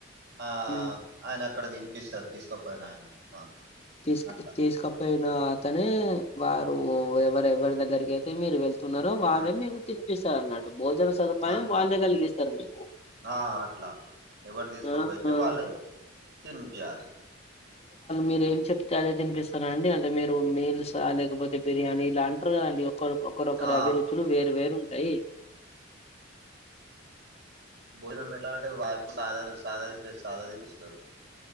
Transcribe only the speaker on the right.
ఆ
అయన ఇక్కడ తినిపిస్తడు తీసుకుపోయిన ఆయన మాకు
అట్లా
ఉమ్,
అట్లా
ఆ అట్లా ఎవరు తీసుకోపోయితే
వాల్లె తినిపియాలి.
ఆ
భోజనం ఎట్లా అంటే వాపు సాధ సాధా సాధాతినిపిస్తారు.